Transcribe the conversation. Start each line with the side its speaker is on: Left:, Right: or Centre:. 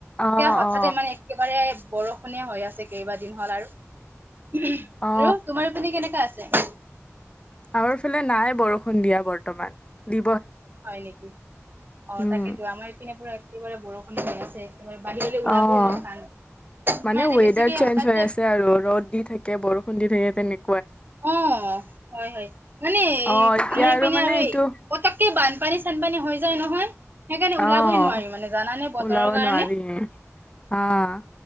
Left: অ
Right: এতিয়া হঠাতে
Left: অ
Right: মানে একেবাৰে বৰষুণীয়া হৈ আছে কেইবাদিন হ'ল আৰু
Left: অ
Right: ব তোমাৰোপিনে কেনেকোৱা আছে। <inaudible>
Left: আমাৰ ফালে নাই বৰষুণ দিয়া বৰ্তমান দি
Right: হয় নেকি অ',
Left: উম
Right: তাকেতো আমাৰ ইপিনে পুৰা একেবাৰে বৰষুণ হৈ আছে। একেবাৰে বাহিৰলৈ ওলাবও
Left: অ',
Right: অলপ টান।
Left: মানে
Right: আমাৰ ইয়াতে
Left: ৱেডাৰ
Right: বেছিকে
Left: চেঞ্জ
Right: হঠাতে
Left: হৈ আছে আৰু ৰ'দ দি থাকে বৰষুণ দি যে তেনে
Right: অ', হয়, হয়, মানে এ
Left: অ এতিয়া
Right: আমাৰ ইপিনে
Left: মানে
Right: আৰু
Left: এইটো
Right: এই পতককে বানপানী চানপানী হৈ যায় নহয়। সেইকাৰণে ওলাবই
Left: অ',
Right: নোৱাৰি মানে জানানে বতৰৰ
Left: ওলাব
Right: কাৰণে
Left: নোৱাৰি অ',